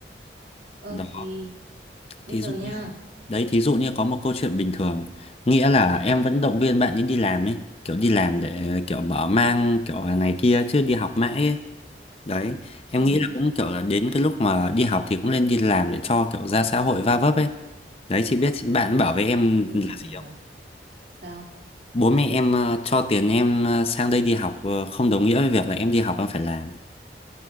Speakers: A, on the right (about 60°); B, on the left (about 35°).
A: ờ
B: đó
A: thì bây
B: thí
A: giờ
B: dụ
A: nha
B: như Đấy, thí dụ như có một câu chuyện bình thường, nghĩa là em vẫn động viên bạn ấy đi làm ấy, kiểu đi làm để kiểu mở mang kiểu này kia chứ đi học mãi ấy. Đấy, em
A: ừ,
B: nghĩ là cũng kiểu là đến cái lúc mà đi học thì cũng nên đi làm để cho kiểu ra xã hội va vấp ấy. Đấy, chị biết chị- bạn bảo với em
A: ừ hiểu
B: là gì
A: hiểu
B: không?
A: sao
B: Bố mẹ em ờ, cho tiền em ờ, sang đây đi học ờ, không đồng nghĩa với việc là em đi học em phải làm.